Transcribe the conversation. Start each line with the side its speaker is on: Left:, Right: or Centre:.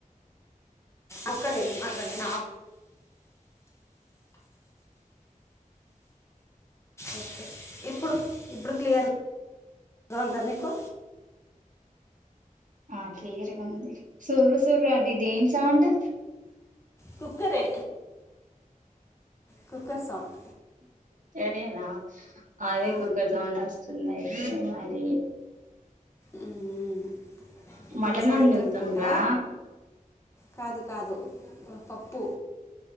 Left: ఒక్క నిమిషం ఆగండి ఓకే ఇప్పుడు ఇప్పుడు క్లియర్ గా ఉందా మీకూ
Right: ఆ క్లియర్గా ఉంది సుర సుర అది ఇదేం సౌండ్
Left: కుక్కరే కుక్కర్ సౌండ్
Right: అదేనా అదే
Left: ఆ,
Right: కుక్క సౌండ్ వస్తుంది అయితే మరి
Left: మ్మ్. ఇప్పుడు
Right: మటన్
Left: సాయంత్రం
Right: వండుతునరా
Left: పూట కాదు కాదు పప్పు